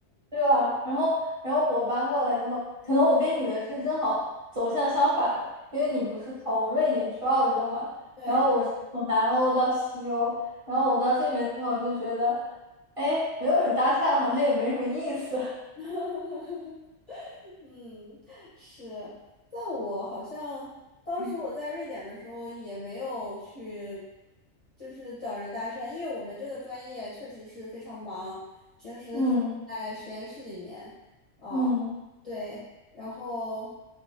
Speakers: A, on the right; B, on the left.
A: 对吧？然后然后我搬过来之后，可能我跟你的是正好走向相反，因为你不是从瑞典去澳洲嘛，
B: 嗯，对。
A: 然后我是从南欧到西欧，然后我到这边之后就觉得，
B: 嗯
A: 哎，没有人搭讪好像也没什么意思，
B: <laughs> 嗯，是，但我好像当时我在瑞典的时候也没有去，
A: <laughs>
B: 就是找人搭讪，因为我们这个专业确实是非常忙，平时都在实验室里面，
A: 嗯
B: 啊，
A: 嗯。
B: 对，然后，